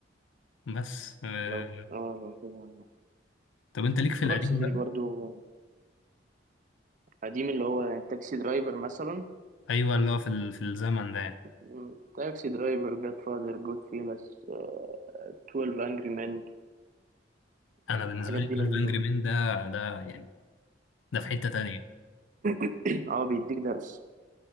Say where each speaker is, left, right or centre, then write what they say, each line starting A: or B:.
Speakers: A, on the left; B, on the right.
A: بس آه،
B: لو اه لو كده
A: طب انت ليك
B: سكورسيزي
A: في القديم بقى
B: برضو جامد. قديم اللي هو يعني تاكسي درايفر مثلا
A: ايوه اللي هو في ال- في الزمن ده يعني.
B: مم. تاكسي درايفر جاد فاذر جود فيلس 12 انجري مان
A: انا
B: الحاجات
A: بالنسبة لي
B: دي لذيذة
A: 12 انجري
B: برضه.
A: مين ده ده يعني ده في حتة تانية
B: <clears throat> اه بيديك درس